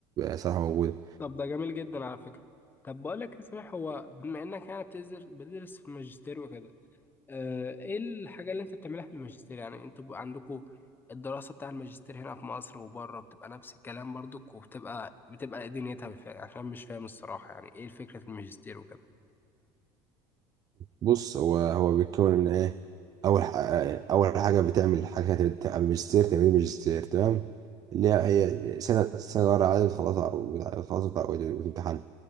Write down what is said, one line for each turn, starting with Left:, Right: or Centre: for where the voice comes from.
Right: صراحه موجوده
Left: طب ده جميل جدا على فكرة طب بقول لك إيه صحيح هو بما انك يعني بتدرس بتدرس في الماجستير وكده آه، ايه الحاجة اللي انت بتعملها في الماجستير يعني انتوا بقى عندكوا الدراسة بتاع الماجستير هنا في مصر وبره بتبقى نفس الكلام برضك وبتبقى بتبقى إيه دنيتها بف- عشان مش فاهم الصراحة يعني ايه فكرة الماجستير وكده
Right: بص هو هو بيتكون من ايه اول ح- اول حاجه بتعمل حاجه تبت- ماجستير تمريض ماجستير تمام اللي هي سنه سنه ورا عدد خلاص او خلاص بتاع الامتحان